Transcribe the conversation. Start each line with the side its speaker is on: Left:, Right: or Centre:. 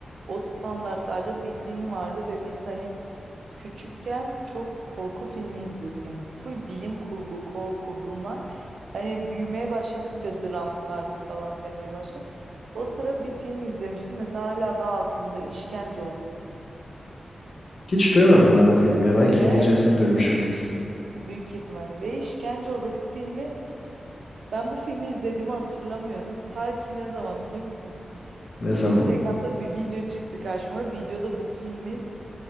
Right: O standartlarda bir film vardı ve biz hani küçükken çok korku filmi izliyorduk. Yani full bilim kurgu, korku bunlar. Hani büyümeye başladıkça dram, tarih falan sevmeye başladım. O sıra bir film izlemiştim. Mesela hala daha aklımda İşkence Odası.
Left: Hiç duymadım ben o filmi ya. Belki
Right: Ve
Left: İngilizcesini duymuşumdur.
Right: büyük ihtimalle ve İşkence Odası filmi ben bu filmi izlediğimi hatırlamıyordum. Ta ki ne zaman biliyor musun?
Left: Ne zaman?
Right: Instagram'da bir video çıktı karşıma. Videoda bu filmin